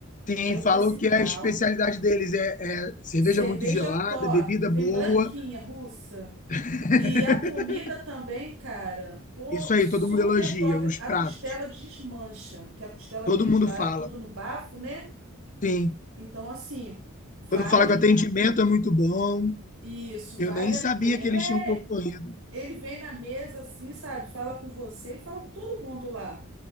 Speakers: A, on the left (about 35°); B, on the right (about 70°).
A: Sim,
B: que era o
A: falam
B: principal.
A: que a especialidade deles é, é cerveja
B: Cerveja
A: muito gelada,
B: top,
A: bebida
B: vem
A: boa.
B: branquinha, russa.
A: <laughs>
B: E a comida também, cara, pô,
A: Isso aí,
B: super
A: todo mundo elogia
B: top.
A: os
B: A
A: pratos.
B: costela desmancha, que a costela
A: Todo
B: deles
A: mundo
B: lá
A: fala.
B: é tudo no bafo, né?
A: Sim.
B: Então, assim, vale
A: Quando fala que o atendimento é muito bom,
B: isso,
A: eu
B: vale
A: nem
B: a
A: sabia
B: pena.
A: que eles
B: É,
A: tinham concorrido.
B: ele vem na mesa assim, sabe? Fala com você, ele fala com todo mundo lá.